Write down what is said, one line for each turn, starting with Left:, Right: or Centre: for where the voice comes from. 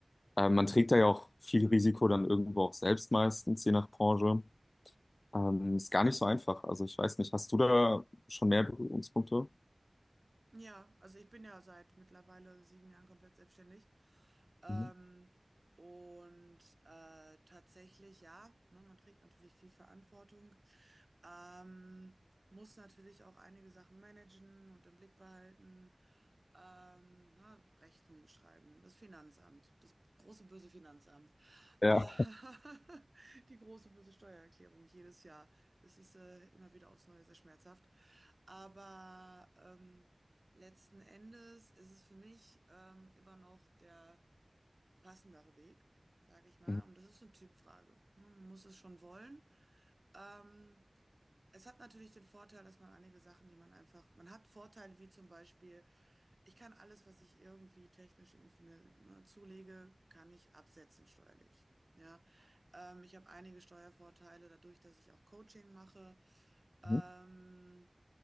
Left: äh, man trägt da ja auch viel Risiko dann irgendwo auch selbst meistens, je nach Branche. Ähm, ist gar nicht so einfach. Also ich weiß nicht, hast du da schon mehr Berührungspunkte?
Right: Ja, also ich bin ja seit mittlerweile sieben Jahren komplett selbstständig. Ähm,
Left: Mhm.
Right: und äh, tatsächlich, ja, ne, man trägt natürlich viel Verantwortung, ähm, muss natürlich auch einige Sachen managen und im Blick behalten, ähm, na, Rechnungen schreiben, das Finanzamt, das große böse Finanzamt,
Left: Ja.
Right: äh, <laughs> die große böse Steuererklärung jedes Jahr. Es ist äh, immer wieder aufs Neue sehr schmerzhaft. Aber ähm, letzten Endes ist es für mich ähm, immer noch der passendere Weg, sage ich mal.
Left: Mhm.
Right: Und das ist eine Typfrage. ne? Man muss es schon wollen. Ähm, es hat natürlich den Vorteil, dass man einige Sachen, die man einfach, man hat Vorteile wie zum Beispiel, ich kann alles, was ich irgendwie technisch irgendwie mir ne, zulege, kann ich absetzen steuerlich. Ja, ähm, ich habe einige Steuervorteile dadurch, dass ich auch Coaching mache. Ähm,
Left: Mhm.